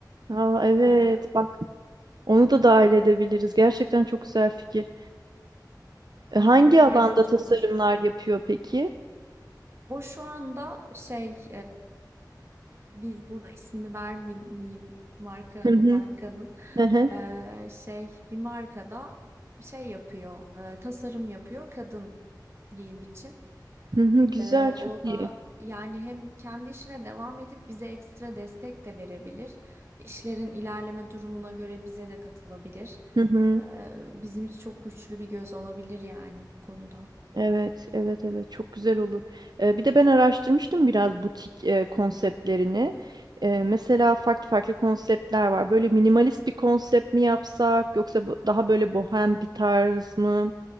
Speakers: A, on the right; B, on the right.
A: Aa, evet
B: Ee,
A: bak onu da dahil edebiliriz. Gerçekten çok güzel fikir. E,
B: o
A: hangi
B: bize yardımcı
A: alanda tasarımlar
B: olur.
A: yapıyor peki?
B: O şu anda şey biz burada ismini vermeyeyim marka
A: Hı hı.
B: markanın
A: <laughs>
B: Ee, şey bir markada şey yapıyor e, tasarım yapıyor kadın giyim için.
A: Hı hı, güzel,
B: Ee,
A: çok
B: o
A: iyi.
B: da yani hem kendi işine devam edip bize ekstra destek de verebilir. İşlerin ilerleme durumuna göre bize de katılabilir.
A: Hı hı.
B: Ee, bizim için çok güçlü bir göz olabilir yani bu konuda.
A: Evet, evet, evet. Çok güzel olur. Ee, bir de ben araştırmıştım biraz butik e, konseptlerini. Ee, mesela farklı farklı konseptler var. Böyle minimalist bir konsept mi yapsak, yoksa bu- daha böyle bohem bir tarz mı,